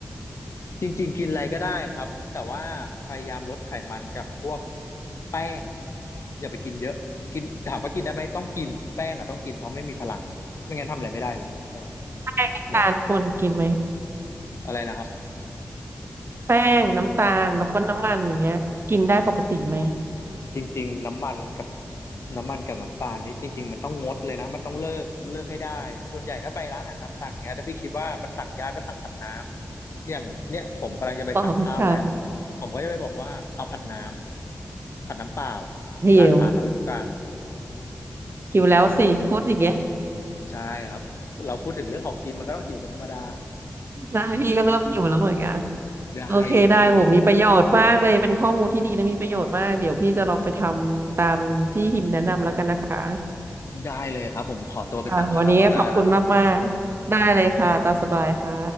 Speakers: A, on the left; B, on the right.
A: จริงๆกินอะไรก็ได้ครับแต่ว่าพยายามลดไขมันกับพวกแป้งอย่าไปกินเยอะกินถามว่ากินได้ไหมต้องกินแป้งอ่ะต้องกินเพราะไม่มีพลังไม่งั้นทำอะไรไม่ได้เลยใช่ไหมครับ
B: น้ำตาลควรกินไหม
A: แบบอะไรนะครับ
B: แป้งน้ำตาลแล้วก็น้ำมันอย่างเงี้ยกินได้ปกติไหม
A: จริงๆน้ำมันกับน้ำมันกับน้ำตาลนี่จริงๆมันต้องงดเลยนะมันต้องเลิกเลิกให้ได้ส่วนใหญ่ถ้าไปร้านอาหารตามสั่งเนี้ยถ้าพี่คิดว่ามันสั่งยากก็สั่งผัดน้ำอย่างเนี้ยผมกำลังจะไปสั่งข้าวแล้ว
B: อ๋อค่ะ
A: ผมก็จะไปบอกว่าเอาผัดน้ำผัดน้ำเปล่า
B: หิว
A: ร้านค้าก็รู้กัน
B: หิวแล้วสิพูดอย่างเงี้ย
A: ใช่ครับเราพูดถึงเรื่องของกินมันก็ต้องหิวเป็นธรรมดา
B: ใช่พี่ก็เริ่มหิวแล้วเหมือนกัน
A: ได้เลย
B: โอเคได้โหมีประโยชน์มากเลยเป็นข้อมูลที่ดีและมีประโยชน์มากเดี๋ยวพี่จะลองไปทำตามที่หิมแนะนำแล้วกันนะคะ
A: ได้เลยครับผมขอตัวไปสั่งข้าวก่อนแล้วกันนะครับ
B: ค่ะวันนี้ขอบคุณมากๆได้เลยค่ะตามสบายค่ะ